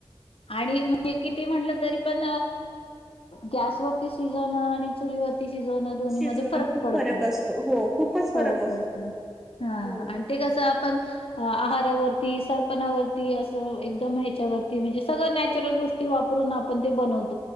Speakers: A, on the left (about 70°); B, in the centre.
A: आणि हे किती म्हटलं तरी पण गॅसवरती सीझन आणि चुलीवरती तिशी जोन दोन्ही
B: शिजवण
A: मध्ये फरक
B: खूप
A: पडतो.
B: असतो हो खूपच.
A: <unintelligible>
B: फरक
A: पडत
B: असतो
A: हा.
B: हो
A: ते कसं आपण आहारावरती सरपणावरती असं एकदम ह्याच्यावरती म्हणजे सगळं नॅचरल गोष्टी वापरून आपण ते बनवतो.